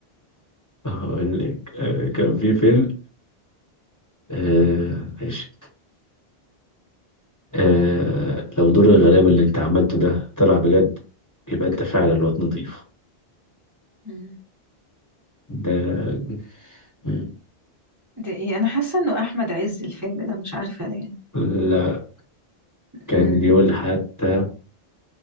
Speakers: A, on the left (about 20°); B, on the right (about 20°).
A: اقول لك آه، كان في فيلم آه، ماشي آه، لو دور الغلابه اللي انت عملته ده طلع بجد يبقى انت فعلا واد نضيف
B: مم.
A: ده مم.
B: ده ايه انا حاسه انه احمد عز الفيلم ده مش عارفه ليه
A: لا كان
B: مم.
A: بيقول حتى